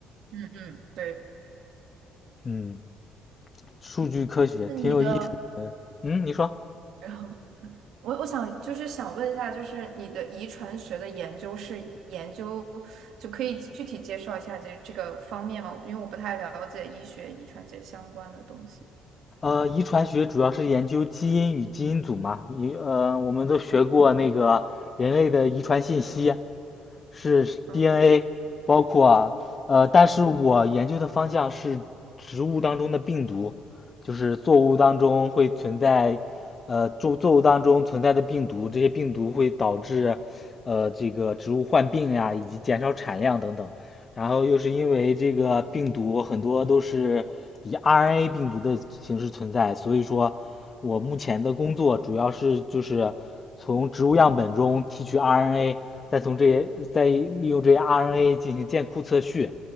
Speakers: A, on the right; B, on the left.
A: 嗯嗯，对。
B: 嗯，数据科学挺有意思。
A: 那你的，
B: 嗯，你说。
A: <laughs> 我我想就是想问一下，就是你的遗传学的研究是以研究，就可以具体介绍一下这这个方面吗？因为我不太了解医学遗传学相关的东西。
B: 呃，遗传学主要是研究基因与基因组嘛，遗呃，我们都学过那个人类的遗传信息是
A: 嗯哼，
B: DNA，包括呃，但是我研究的方向是植物当中的病毒，就是作物当中会存在，呃，作作物当中存在的病毒，这些病毒会导致呃这个植物患病呀，以及减少产量等等，然后又是因为这个病毒很多都是以 RNA 病毒的形式存在，所以说我目前的工作主要是就是从植物样本中提取 RNA，再从这些再利用这些 RNA 进行建库测序，